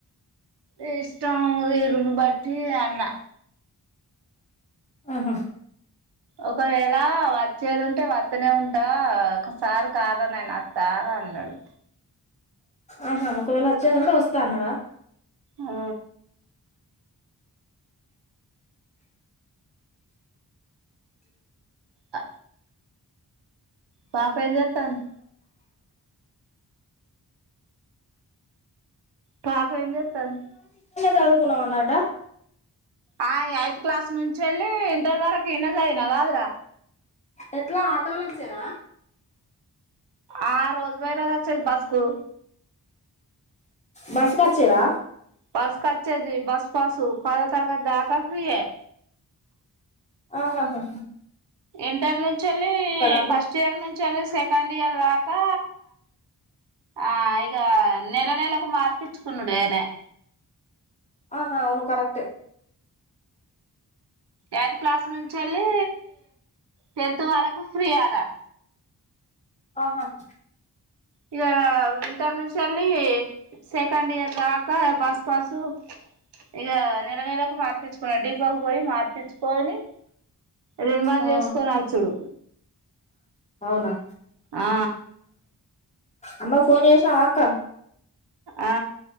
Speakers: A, on the right (about 80°); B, on the left (about 15°).
A: ఎ ఇష్టం వేరును బట్టి న్నా
B: ఆహ
A: ఒకవేళ వచ్చేది ఉంటే వత్తనే ఉంటా ఒకసార్ కాదానాన రా రా అన్నది
B: ఆహా ఒకవేళ వచ్చేదుంటే వస్తా అన్నావా
A: ఆ ఆ పాప్ పె ఏం జేత్తంది పాపె ఎం జేత్తంది
B: చదువుకున్నావ్ అన్నట్టా
A: ఆ ఎయిత్ క్లాస్ నుంచేళ్ళి ఇంటర్ వరకు ఇన్నే చదివిన కాదురా
B: ఎట్లా ఆటోలో వచ్చేదా
A: ఆ రోజు బోయి రోజు అచ్చేది బస్కు
B: బస్క్ అచ్చేదా
A: బస్ కచ్చేది బస్ పాసు దో తరగతి దాకా ఫ్రీ ఎ
B: ఆహాహాహా
A: ఇంటర్ నుంచిళ్ళి
B: అప్పుడు
A: ఫస్ట్ ఇయర్ నుం నుంచిల్లి సెకండ్ ఇయర్ దాకా ఆ ఇగ నెల నెలకు మార్పిచ్చుకునుడేనయే
B: ఆహా అవును కరెక్టే
A: ఎయిత్ క్లాస్ నుంచేళ్ళి టెన్త్ వరకు ఫ్రీ అదా
B: ఆహాహా
A: ఇక వింటర్ నుంచి వెళ్ళలి సెకండ్ ఇయర్ దాక బసు పాసు ఇగ నెల నెలకు మార్పిచ్చుకున్ డిపో కు పోయి మార్పిచ్చుకొని రిన్వాల్
B: ఆ
A: చేసుకొని వచ్చుడు
B: అవునా
A: ఆ
B: అమ్మ ఫోన్ చేసినవా అక్క
A: ఆ